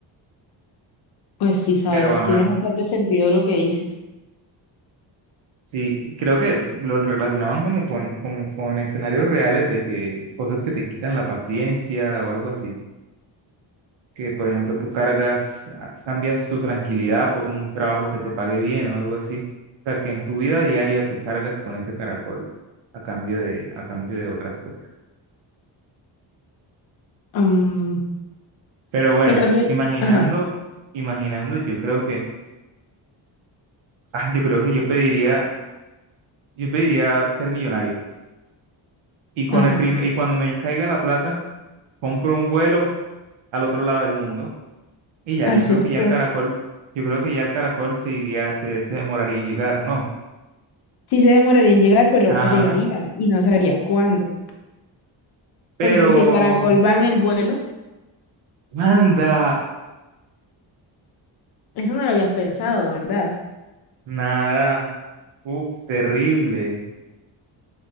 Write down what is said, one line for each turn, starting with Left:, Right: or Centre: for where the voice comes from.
Left: Pues sí, sabes,
Right: Pero, ajá,
Left: tiene bastante sentido lo que dices.
Right: sí, creo que lo relacionaban como con, como con escenarios reales de que cosas que te quitan la paciencia o algo así. Que, por ejemplo, tú cargas, ah, cambias tu tranquilidad por un trabajo que te pague bien o algo así. O sea, que en tu vida diaria tú cargas con ese caracol a cambio de, a cambio de otras cosas.
Left: Mm,
Right: Pero bueno,
Left: te cambió.
Right: imaginando,
Left: Ajá,
Right: imaginando, yo creo que, ah, yo creo que yo pediría Yo pediría ser millonario. Y con
Left: ajá.
Right: el prime- y cuando me caiga la plata, compro un vuelo al otro lado del mundo. Y ya,
Left: Acerté.
Right: yo creo que ya el caracol, yo creo que ya el caracol se iría, se, se demoraría en llegar, ¿no?
Left: Sí se demoraría en llegar, pero
Right: Ajá.
Left: llegaría y no sabrías cuándo.
Right: Pero,
Left: Porque si el caracol va en el vuelo,
Right: anda,
Left: eso no lo habías pensado, ¿verdad?
Right: nada. Uf, terrible.